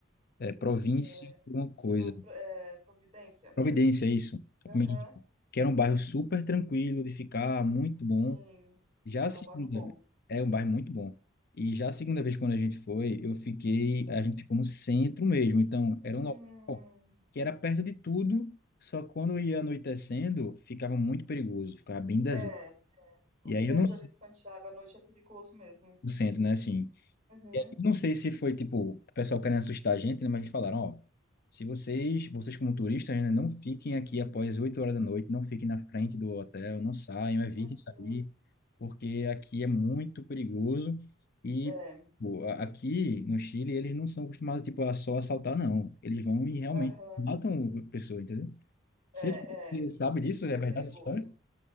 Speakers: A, on the left; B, on the right.
A: É Província,
B: é,
A: alguma coisa.
B: Pro- Pro- é, Providência.
A: Providência, é isso. A primeira
B: Aham,
A: vez. Que era um bairro super tranquilo de ficar, muito bom.
B: Sim, sim,
A: Já a segunda
B: é um bairro bom.
A: vez. É um bairro muito bom. E já a segunda vez, quando a gente foi, eu fiquei. A gente ficou no centro mesmo. Então, era
B: Hum,
A: um local que era perto de tudo. Só que quando ia anoitecendo, ficava muito perigoso, ficava bem deserto.
B: é, o
A: E
B: centro
A: aí eu não sei
B: ali de Santiago à noite é perigoso mesmo.
A: o centro, né? Assim.
B: Uhum,
A: E aí, eu não sei se foi, tipo, o pessoal querendo assustar a gente, né? Mas eles falaram, ó, se vocês, vocês como turistas, né, não fiquem aqui após 8 horas da noite, não fiquem na frente do hotel, não saiam, evitem
B: uhum.
A: sair, porque aqui é muito perigoso e
B: É,
A: pô, a- aqui no Chile eles não são acostumados, tipo, a só assaltar, não. Eles vão e realmente
B: aham,
A: matam a pessoa, entendeu? Você,
B: é,
A: você
B: é
A: sabe disso?
B: super
A: É verdade
B: perigoso.
A: essa história?